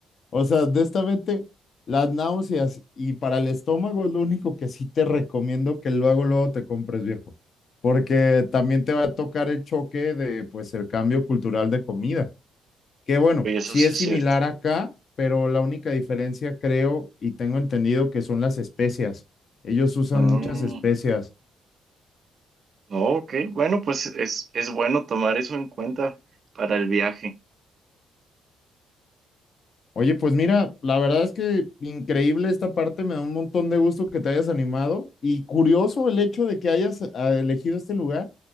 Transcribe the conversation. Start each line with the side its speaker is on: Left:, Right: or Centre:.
Left: o sea, de esta vete, las náuseas y para el estómago es lo único que sí te recomiendo que luego, luego te compres, viejo, porque también te va a tocar el choque de, pues, el cambio cultural de comida, que bueno,
Right: y eso
Left: sí
Right: sí
Left: es
Right: es
Left: similar
Right: cierto.
Left: acá, pero la única diferencia creo y tengo entendido que son las especias. Ellos usan
Right: Mm,
Left: muchas especias
Right: no, ok, bueno, pues es, es bueno tomar eso en cuenta para el viaje.
Left: Oye, pues mira, la verdad es que increíble esta parte, me da un montón de gusto que te hayas animado y curioso el hecho de que hayas ah, elegido este lugar,